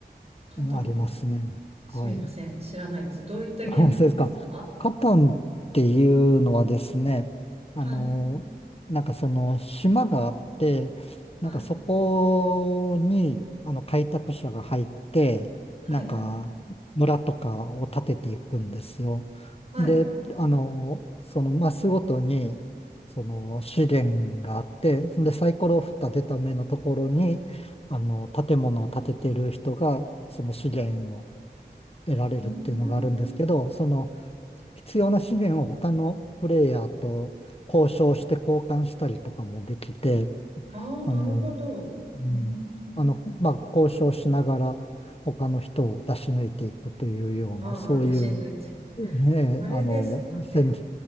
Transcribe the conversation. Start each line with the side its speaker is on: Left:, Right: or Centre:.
Right: カタン。
Left: うんありますね。
Right: すみません。
Left: はい。
Right: 知らないです。どういったゲームなんですか
Left: あ、そうですか。カタンっていうのはですね、あの、
Right: はい、
Left: なんかその島があって、
Right: はい、
Left: なんかそこにあの開拓者が入って、
Right: はい、
Left: なんか村とかを建てていくんですよ。
Right: はい。
Left: で、あの、そのマスごとに、その資源があって、そんでサイコロを振った出た目のところに、あの、建物を建ててる人が、その資源を得られるっていうのがあるんですけど、
Right: うん。
Left: その、必要な資源を他のプレイヤーと交渉して交換したりとかもできて、
Right: ああー、
Left: あの、
Right: なるほど。
Left: うん、
Right: うん。
Left: あの、まあ、交渉しながら他の人を出し抜いていくというような、
Right: ああ、
Left: そういう、
Right: 出し抜いていく。
Left: ええ、
Right: あれですかね。
Left: あの、戦